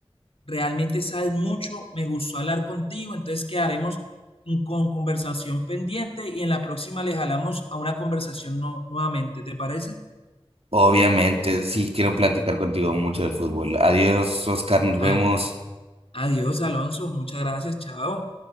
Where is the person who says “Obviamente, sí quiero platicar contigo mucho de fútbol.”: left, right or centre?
Right